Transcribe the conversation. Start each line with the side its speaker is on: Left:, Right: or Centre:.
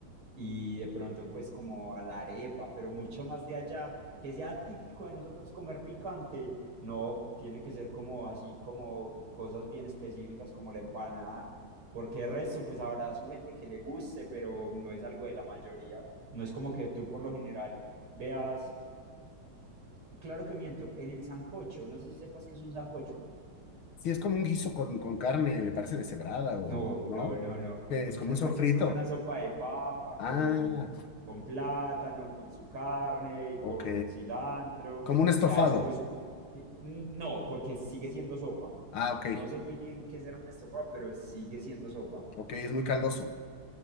Right: Y de pronto pues como a la arepa, pero mucho más de allá, que sea típico de nosotros comer picante, no, tiene que ser como así, como cosas bien específicas como la empanada, porque el resto pues habrá su gente que le guste, pero no es algo de la mayoría. No es como que tú por lo general veas Claro que miento, en el sancocho, no sé si sepas que es un sancocho.
Left: Sí, es como un guiso con, con carne, me parece, deshebrada o,
Right: No,
Left: ¿no?
Right: no, no, no.
Left: Que
Right: Un
Left: es como
Right: sancocho
Left: un sofrito.
Right: es como una sopa de papa
Left: Ah,
Right: con, con plátano, con su carne y
Left: ok.
Right: con cilantro.
Left: Como un estofado.
Right: Y a eso pues, u- y- n- no, porque sigue siendo sopa.
Left: Ah, ok.
Right: No sé muy bien qué será un estofado, pero sigue siendo sopa.
Left: Ok, es muy caldoso.